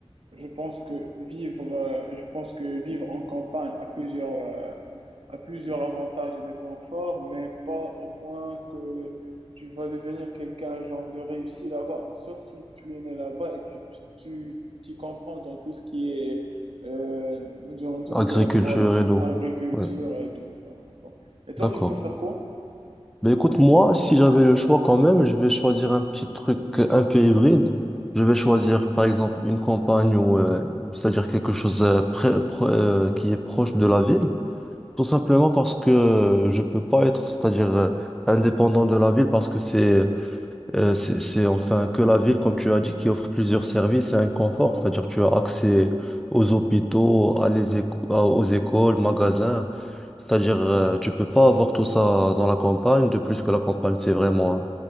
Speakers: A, on the right; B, in the centre.
A: Je pense que vivre, euh, je pense que vivre en campagne a plusieurs, euh, a plusieurs avantages et des points forts, mais pas au point que tu vas devenir quelqu'un genre de réussi là-bas. Sauf si tu es né là-bas et tu, tu, tu t'y comprends dans tout ce qui est, euh, dans tout
B: agriculture
A: ce qui est agro,
B: et tout.
A: agriculture
B: Ouais.
A: et tout. Donc, bon. Et toi,
B: D'accord.
A: tu préfères quoi?
B: Ben écoute, moi, si j'avais le choix quand même, je vais choisir un petit truc euh, un peu hybride. Je vais choisir, par exemple, une campagne ou, euh, c'est-à-dire quelque chose euh, près- pro- euh, qui est proche de la ville. Tout simplement parce que euh, je peux pas être, c'est-à-dire euh, indépendant de la ville parce que c'est euh, c'est, c'est enfin que la ville, comme tu as dit, qui offre plusieurs services et un confort,
A: Ouais.
B: c'est-à-dire tu as accès aux hôpitaux, à les éco- à- aux écoles, magasins, c'est-à-dire euh, tu peux pas avoir tout ça dans la campagne, de plus que la campagne c'est vraiment, hein,